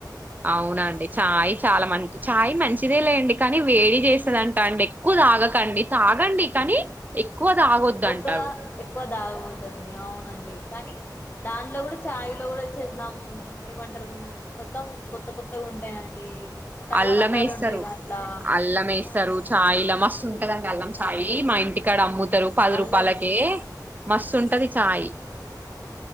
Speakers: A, on the right; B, on the left.
A: అవునండి చాయ్ చాలా మంచి చాయ్ మంచిదే లేండి కానీ వేడి చేసదంటా అండి ఎక్కువ తాగకండి తాగండి కానీ ఎక్కువ తాగొద్దు
B: ఒక
A: అంటారు
B: ఎక్కువ దాగపోతుండి అవునండి కానీ దాంట్లో కూడా చాయ్ లో కూడా చే ఏమంటారు మొత్తం కొత్త కొత్తగా ఉ అంటాండి చాలా
A: అల్లం
B: రకాలు
A: వేస్తారు
B: ఉంటాయి దాంట్లో
A: అల్లం వేస్తారు
B: ఆ
A: చాయ్లా మస్తు ఉంటదండి అల్లం చాయి యి మా ఇంటికాడ అమ్ముతరు పది
B: అల్లం
A: రూపాలకే మస్సు ఉంటది చాయ్
B: ఉమ్